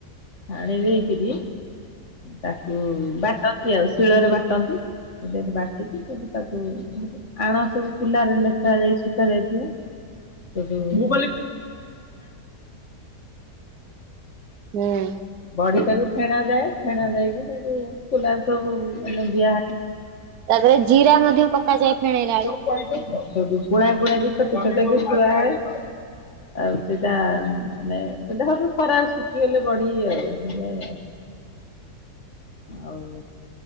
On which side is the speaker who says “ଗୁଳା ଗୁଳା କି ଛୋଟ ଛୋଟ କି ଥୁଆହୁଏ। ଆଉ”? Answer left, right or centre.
Left